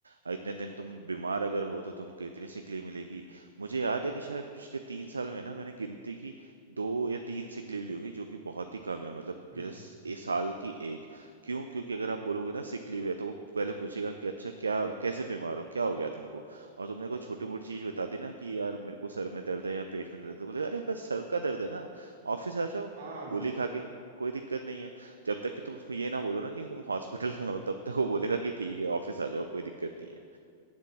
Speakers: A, on the right (about 85°); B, on the right (about 70°).
A: और इतने दिन तुम बीमार अगर हो तो तुमको इतनी सिक लीव मिलेगी मुझे याद है कि शायद पिछले तीन साल में ना मैंने गिनती की दो या तीन सिक लीव ली होगी जो कि बहुत ही कम है मतलब
B: हम्म
A: जैसे स-
B: हम्म
A: ए साल की एक क्यों क्योंकि अगर आप बोलोगे ना सिक लीव है तो वो पहले पूछेगा कि अच्छा क्या कैसे बीमार हो क्या हो गया तुमको और तुमने कोई छोटी मोटी चीज बता दी ना कि यार मेरे को सर में दर्द है या पेट में दर्द है तो बोले अरे बस सर का दर्द है ना ऑफिस आ जाओ
B: हाँ
A: गोली
B: बिल्कुल
A: खा के कोई दिक्कत नहीं है जब तक कि तुम उसको ये ना बोलो ना कि तुम हॉस्पिटल में हो तब तक वो बोलेगा कि ठीक है ऑफिस आ जाओ कोई दिक्कत नहीं है